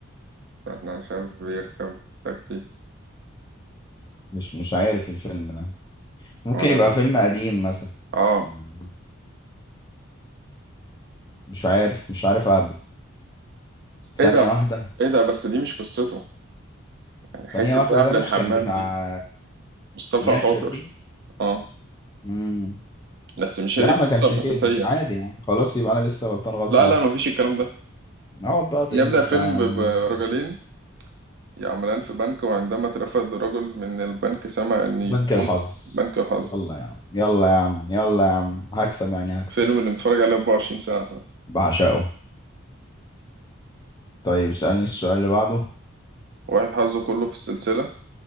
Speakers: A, on the right (about 55°); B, on the left (about 20°).
A: انا شاب بيركب تاكسي
B: مش مش عارف الفيلم ده ممكن
A: ولا
B: يبقى فيلم قديم مثلا
A: اه
B: مم. مش عارف مش عارف اهبط ثانية
A: ايه ده
B: واحدة
A: ايه ده بس دي مش قصته يعني
B: ثانية
A: حتة
B: واحدة
A: ذهب
B: ده
A: للحمام
B: مش كان بتاع
A: دي مصطفى
B: دينا
A: خاطر
B: الشربيني
A: اه
B: مم.
A: بس مش
B: لا
A: هي دي القصة
B: ما كانش
A: الأساسية
B: كده عادي يعني خلاص يبقى انا لسه غلطان غلطة
A: لا
B: واحدة
A: لا مفيش الكلام ده
B: اقعد بقى تقمص
A: يبدأ فيلم
B: بقى يا عم
A: ب- برجلين
B: اقعد بقى مش عارف.
A: يعملان في بنك وعندما اترفد رجل من البنك سمع أن يكون
B: بنك الحظ
A: بنك الحظ
B: يلا يا عم يلا يا عم يلا يا عم هكسب يعني هكسب
A: فيلم اللي متفرج عليه 24 ساعة
B: بعشقه طيب اسألني السؤال اللي بعده
A: واحد حظه كله في السلسلة